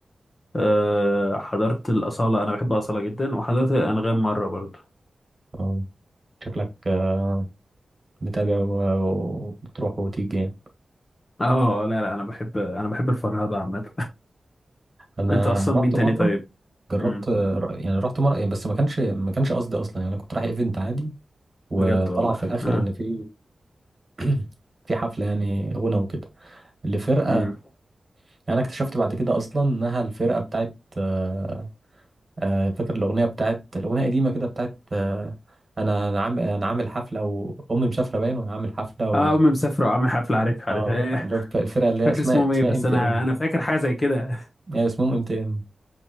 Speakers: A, on the left (about 35°); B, on the right (about 35°).
A: أه حضرت الأصالة أنا بحب أصالة جدا وحضرت الأنغام مرة برضه
B: اه شكلك آه، متابع و- وبتروح وتيجي يعني.
A: اه لا لا أنا بحب أنا بحب الفرهدة عامة <laughs>
B: انا
A: أنت أصلا
B: رحت
A: مين تاني
B: مره
A: طيب؟
B: جربت
A: مم.
B: يعني رحت مرة يعني بس ما كانش ما كانش قصدي اصلا يعني انا كنت رايح ايفنت عادي وطلع
A: بجد والله
B: في الاخر
A: اه
B: ان في <clears throat> في حفلة يعني غنى وكده لفرقة
A: مم.
B: يعني انا اكتشفت بعد كده اصلا انها الفرقة بتاعت آه، آه، فاكر الاغنية بتاعت الاغنية قديمة كده بتاعت آه، انا انا عامل انا عامل حفلة وامي مسافرة باين وانا عامل حفلة و...
A: اه أمي مسافرة وعامل حفلة عارف عارف
B: اه
A: إيه
B: اللي هو الفرقة اللي
A: مش
B: هي
A: فاكر
B: اسمها
A: اسمهم إيه
B: اسمها
A: بس
B: ام تي
A: أنا
B: ام
A: أنا فاكر حاجة زي كده <laughs>
B: هي اسمهم ام تي ام